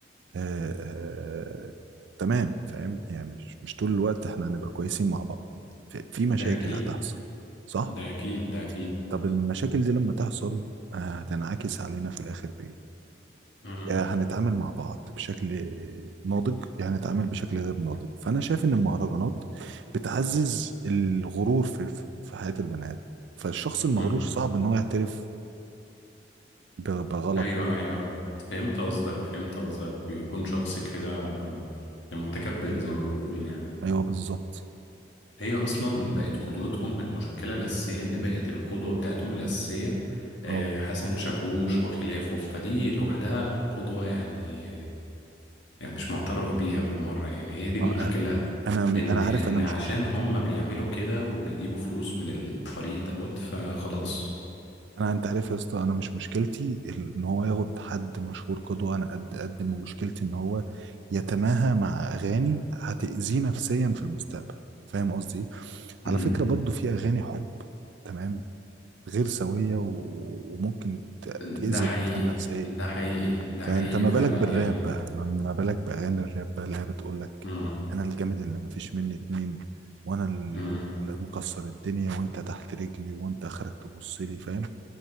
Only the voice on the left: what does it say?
ده
أكيد
ده أكيد ده أكيد
مم.
مم.
ايوه ايوه فهمت قصدك فهمت قصدك بيكون شخص كده متكبر زي ما بيقولوا يعني
هي اصلا بقت قدوتهم المشكله الاساسيه ان بقت القدوه بتاعتهم الاساسيه آه،
حسن شاكوش وخلافه فدي لوحدها قدوه يعني يعني مش معترف بيها بالمره يعني هي دي المشكله
ان
ان
عشان
هم بيعملوا كده وبيجيبوا فلوس من الطريق دوت فخلاص
امم
ده
حقيقي
ده حقيقي ده
حقيقي
فعلا
يعني
امم
امم